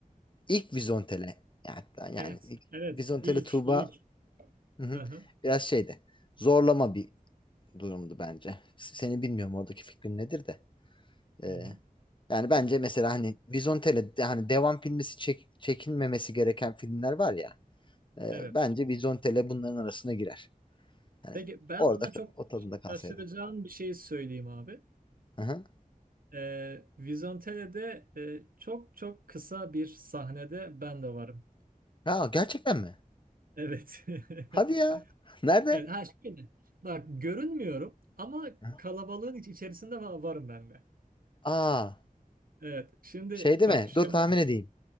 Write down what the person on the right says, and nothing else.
Evet.
Evet.
İlk.
ilk.
Hı hı.
Hı hı.
Evet.
Peki ben
sana çok
şaşıracağın bir şey söyleyeyim abi.
Ee, Vizontele'de e, çok çok kısa bir sahnede ben de varım.
Evet.
<laughs>
Evet, ha şöyle. Bak görünmüyorum ama
kalabalığın iç- içerisinde va- varım ben de.
Evet. Şimdi
bak
şöyle.